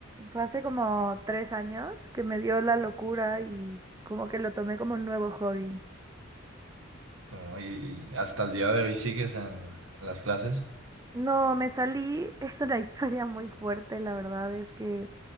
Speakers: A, on the right; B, on the right.
A: Fue hace como tres años que me dio la locura y como que lo tomé como un nuevo hobby.
B: No, y, y hasta el día de hoy sigues en, en las clases.
A: No, me salí, <laughs> es una historia muy fuerte, la verdad es que